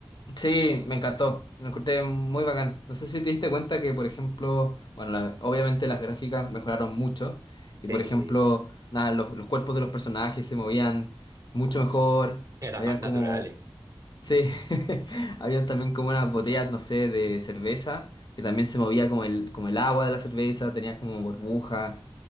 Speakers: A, on the left; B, on the right.
A: Sí, me encantó. Lo encontré muy bacán. No sé si te diste cuenta que, por ejemplo, bueno, la- obviamente las gráficas mejoraron mucho. Y,
B: sí,
A: por ejemplo, nada, los, los cuerpos de los personajes se movían mucho mejor.
B: Eran
A: Habían
B: más naturales.
A: como Sí, <laughs> habían también como unas botellas, no sé, de cerveza, que también se movía como el, como el agua de la cerveza, tenía como burbuja,